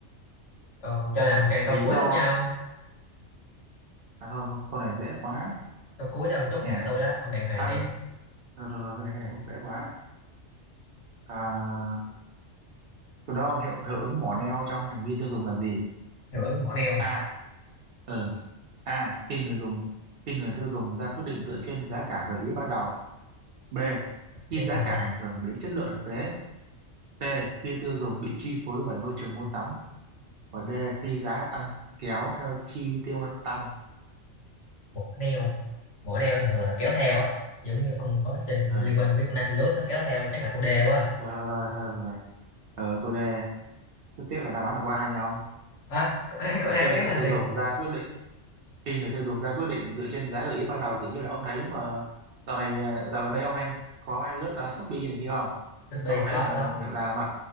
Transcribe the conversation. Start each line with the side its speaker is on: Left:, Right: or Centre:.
Left: còn cho làm cái câu
Right: lý
Left: cuối
Right: do
Left: luôn nha ông
Right: à thôi câu câu này dễ quá
Left: câu cuối đó ông chốt
Right: nè
Left: hạ tôi đó ông đàng hoàng
Right: tăng
Left: đi
Right: rồi, rồi, rồi, cái này cái này cũng dễ quá à, Từ đó ông hiệu hiệu ứng mỏ neo trong hành vi tiêu dùng là gì?
Left: hiệu ứng mỏ neo
Right: A. Ờ. A. Khi người dùng khi người tiêu dùng ra quyết định dựa trên giá cả gợi ý ban đầu. B. Khi
Left: neo
Right: giá
Left: hả
Right: cả ảnh hưởng đến chất lượng thực tế. C. Khi tiêu dùng bị chi phối bởi môi trường mua sắm. Và D. Khi giá tăng kéo theo chi tiêu tăng.
Left: mỏ neo mỏ neo thường thường là kéo theo á giống như ông có trên
Right: Ờ.
Left: liên minh với con Nautilus nó kéo theo chắc là câu D quá
Right: Ờ, thôi được rồi. rồi. Ờ, cô D. Rất tiếc là đáp án là cô A nha ông.
Left: à câu A câu
Right: Là
Left: A
Right: khi
Left: đáp án
Right: người
Left: là
Right: tiêu
Left: gì
Right: dùng ra quyết định khi người tiêu dùng ra quyết định dựa trên giá gợi ý ban đầu kiểu như là ông thấy mà dạo này à, dạo gần đây ông hay có hay lướt à, Shopee này kia không
Left: Shopee
Right: ông có thấy
Left: có
Right: là là,
Left: có
Right: là mặt